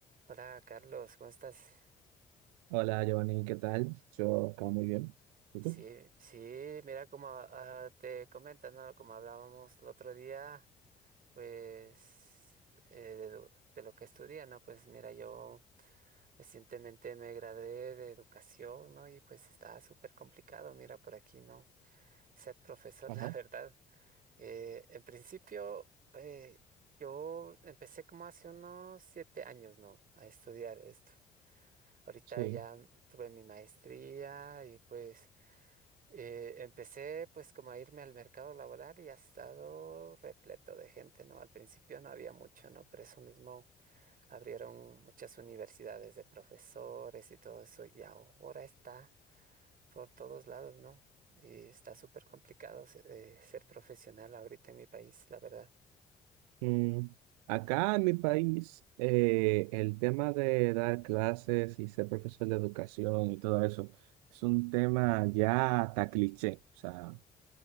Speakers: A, on the right (about 45°); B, on the right (about 70°).
A: Hola Carlos, ¿cómo estás?
B: Hola Giovanni, ¿qué tal? Yo acá muy bien. ¿Y
A: Sí,
B: tú?
A: sí, mira como ah, te comentas, ¿no? Como hablábamos el otro día, pues eh, de, lo de lo que estudia, ¿no? Pues mira, yo recientemente me gradué de educación, ¿no? Y pues está súper complicado, mira, por aquí, ¿no? Ser profesor,
B: Ajá,
A: <laughs> la verdad. Eh, en principio, eh, yo empecé como hace unos siete años, ¿no? A estudiar esto. Ahorita
B: sí.
A: ya tuve mi maestría y pues eh, empecé pues como a irme al mercado laboral y ha estado repleto de gente, ¿no? Al principio no había mucho, ¿no? Por eso mismo abrieron muchas universidades de profesores y todo eso y ahora está por todos lados, ¿no? Y está súper complicado se- eh, ser profesional ahorita en mi país, la verdad.
B: Mm, Acá en mi país, eh, el tema de dar clases y ser profesor de educación y todo eso es un tema ya hasta cliché. O sea, o